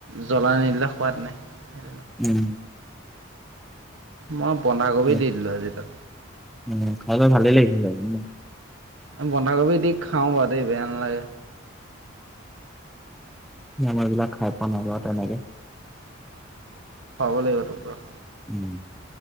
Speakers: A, on the right; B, in the centre.
A: জ্বলা নিদিলে সোৱাদ নাই সেই
B: উম।
A: মই বন্ধাকবি
B: উম,
A: দি দিলো আজি তাত
B: উম, খাই ভালেই লাগিছিল <unintelligible>
A: বন্ধাকবি দি খাওঁ বাৰু দেই বেয়া নেলাগে।
B: মই এইবিলাক খাই পোৱা নাই বাৰু তেনেকে।
A: খুৱাব লাগিব তোক ৰ।
B: উম।